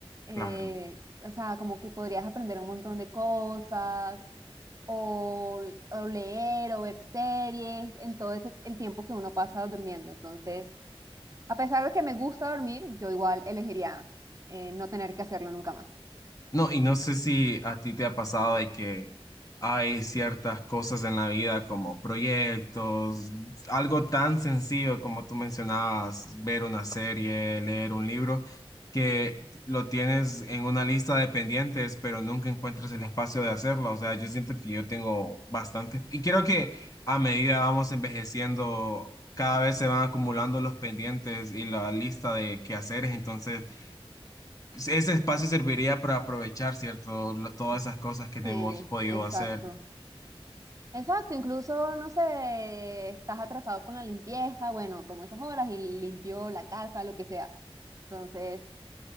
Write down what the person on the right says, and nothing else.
eh,
o sea, como que podrías aprender un montón de cosas, o, o leer, o ver series, en todo ese, el tiempo que uno pasa durmiendo. Entonces, a pesar de que me gusta dormir, yo igual elegiría eh, no tener que hacerlo nunca más.
Sí,
exacto.
Exacto, incluso, no sé, estás atrasado con la limpieza, bueno, tomo esas horas y limpio la casa, lo que sea. Entonces,